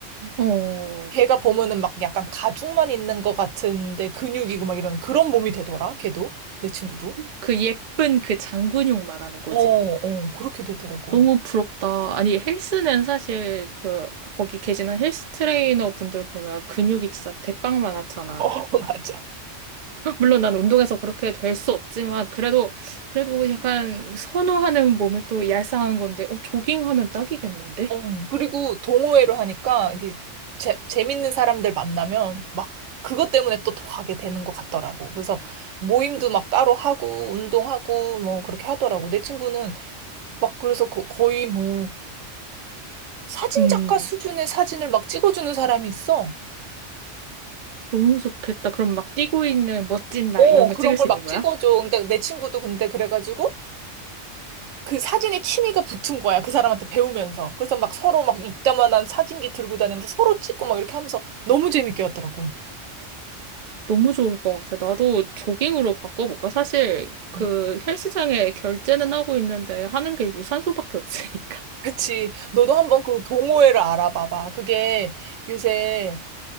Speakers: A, on the right; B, on the right.
A: 어,
B: 걔가 보면은 막 약간 가죽만 있는 것 같은데 근육이고 막 이런 그런 몸이 되더라, 걔도. 내 친구도.
A: 그 예쁜 그 장근육 말하는 거지.
B: 어, 어, 그렇게 되더라고.
A: 너무 부럽다. 아니, 헬스는 사실 그, 거기 계시는 헬스 트레이너 분들 보면 근육이 진짜 대빵 많았잖아.
B: 어, <laughs> 맞아.
A: 물론 난 운동해서 그렇게 될 수 없지만 그래도 그래도 약간 선호하는 몸에 또 얄쌍한 건데 어 조깅하면 딱이겠는데?
B: 어. 그리고 동호회로 하니까 이게 재, 재밌는 사람들 만나면 막 그것 때문에 또 더 가게 되는 것 같더라고. 그래서 모임도 막 따로 하고 운동하고 뭐 그렇게 하더라고. 내 친구는 막 그래서 거- 거의 뭐 사진작가
A: 음
B: 수준의 사진을 막 찍어주는 사람이 있어.
A: 너무 좋겠다. 그럼 막 뛰고 있는 멋진 나
B: 어,
A: 이런 거
B: 그런
A: 찍을
B: 걸
A: 수 있는
B: 막
A: 거야?
B: 찍어줘. 근데 내 친구도 근데 그래가지고 그 사진에 취미가 붙은 거야. 그 사람한테 배우면서. 그래서 막 서로 막 이따만한 사진기 들고 다니면서 서로 찍고 막 이렇게 하면서 너무 재밌게 했더라고.
A: 너무 좋을 것 같아. 나도 조깅으로 바꿔볼까? 사실 그
B: 응.
A: 헬스장에 결제는 하고 있는데 하는 게 유산소밖에 없으니까
B: 그치. 너도 한번 그 동호회를 알아봐봐. 그게 요새